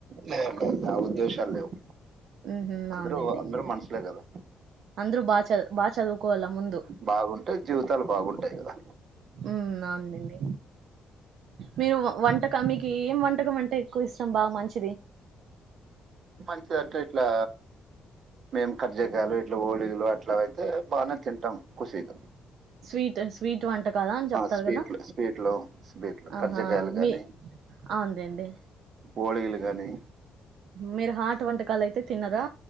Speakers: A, on the right; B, on the right.
A: లేదండి ఆ ఉద్దేశాలు లేేవు
B: మ్మ్.
A: అందరూ
B: అవునులేండి
A: అందరు మనుషులేకదా
B: అందరూ బా చ బా చదువు కోవాలా ముందు
A: బాగుంటే జీవితాలు బాగుంటాయి కదా
B: హు అవునండి మీరు వంటకం మీకు ఏం వంటకం అంటే ఎక్కువ ఇష్టం బాగా మంచి
A: మంచిదట్టై ఇట్లా మేము కర్జికాలు ఇట్లా ఓలీగలు అట్లా అయితే బాగానే తింటాం ఖుషీగా
B: స్వీట్ స్వీట్ వంట కదా అని చెప్తారు
A: స్వీట్లు
B: కదా
A: స్వీట్లు స్వీట్లు
B: ఆహా
A: కర్జగాయలు గానీ
B: మీ అవునులేండి
A: పోళీలు గానీ
B: మీరు హాట్ వంటకాలు అయితే తిన్నరా